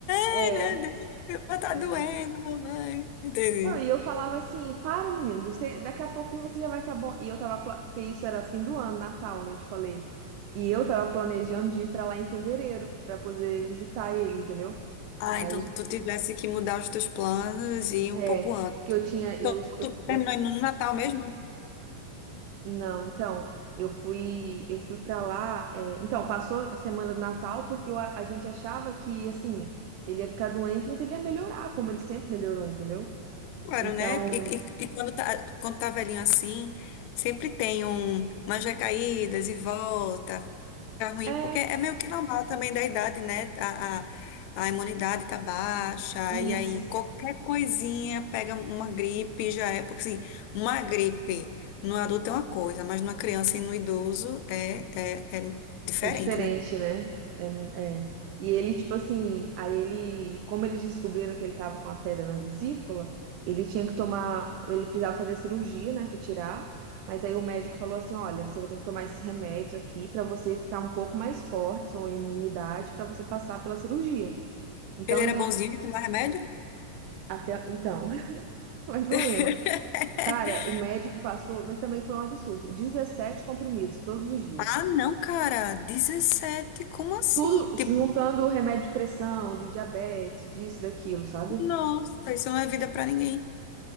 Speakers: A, on the right (about 70°); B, on the left (about 75°).
A: É.
B: Ai, meu Deus, meu pé tá
A: é.
B: doendo, mamãe. Entendi.
A: Não, e eu falava assim, para, meninos, você, daqui a pouquinho você já vai estar bom. E eu tava, pla- porque isso era fim do ano, Natal, né? Eu te falei. E eu tava planejando de ir pra lá em fevereiro, pra poder visitar ele, entendeu?
B: Ah,
A: Aí,
B: então tu tivesse que mudar os teus planos e ir
A: é,
B: um pouco antes.
A: porque eu tinha,
B: Então,
A: eu, eu,
B: tu terminou
A: eu-
B: indo no Natal mesmo?
A: não, então, eu fui, eu fui pra lá, é, então, passou a semana do Natal, porque eu a a gente achava que, assim, ele ia ficar doente, mas ele ia melhorar, como ele sempre melhorou, entendeu?
B: Claro,
A: Então,
B: né? E, e, e quando tá, quando tá velhinho assim, sempre tem um, umas recaídas e volta, ficar ruim,
A: é,
B: porque é meio que normal também da idade, né? A, a, a imunidade tá baixa,
A: isso.
B: e aí qualquer coisinha pega uma gripe, já é, porque assim, uma gripe no adulto é uma coisa, mas numa criança e no idoso é, é, é diferente,
A: É diferente,
B: né?
A: né? É, mu- é. E ele, tipo assim, aí ele, como eles descobriram que ele tava com a pedra na vesícula, ele tinha que tomar, ele precisava fazer cirurgia, né, pra tirar. Mas aí o médico falou assim, olha, você vai ter que tomar esses remédios aqui pra você ficar um pouco mais forte, sua imunidade, pra você passar pela cirurgia. Então
B: Ele era
A: ele
B: bonzinho de tomar remédio?
A: até então, <laughs> mais ou
B: <laughs>
A: menos. Cara, o médico passou, mas também foi um absurdo. dezessete comprimidos todos os dias.
B: Ah, não, cara, 17 como assim?
A: Tudo
B: Tipo,
A: juntando o remédio de pressão, de diabetes, disso, daquilo, sabe?
B: nossa, isso não é vida pra ninguém.